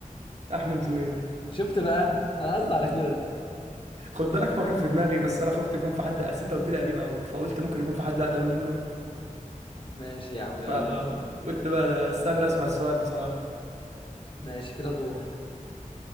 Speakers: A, on the right; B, on the left.
A: احمد زويل
B: شفت بقى أنا قصدي على كده
A: خد بالك هو كان في دماغي بس انا خفت يكون في حد اصل انت قلت لي قديم قوي فقلت ممكن يكون في حد اقدم منه
B: ماشي يا عم يلا
A: فقلت
B: قول.
A: بقى استنى اسمع السؤال بصراحة
B: ماشي كده دورك